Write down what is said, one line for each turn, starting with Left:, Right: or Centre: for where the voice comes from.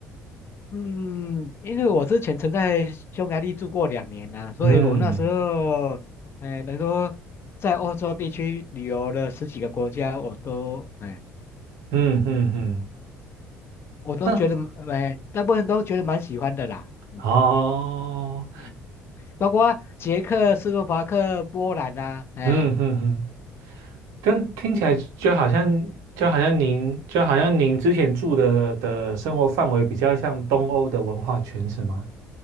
Left: 嗯因为我之前曾在匈牙利住过两年呐、所以我那时候，
Right: 嗯
Left: 哎，能够在欧洲地区旅游了十几个国家，我都，哎，
Right: 嗯嗯嗯，
Left: 嗯，我都觉得，
Right: 嗯，
Left: 哎，大部分都觉得蛮喜欢的啦。嗯
Right: 哦，
Left: 嗯，包括捷克斯洛伐克、波兰呐、啊，哎。
Right: 嗯嗯嗯，但听起来就好像就好像您就好像您之前住的的生活范围比较像东欧的文化圈，是吗？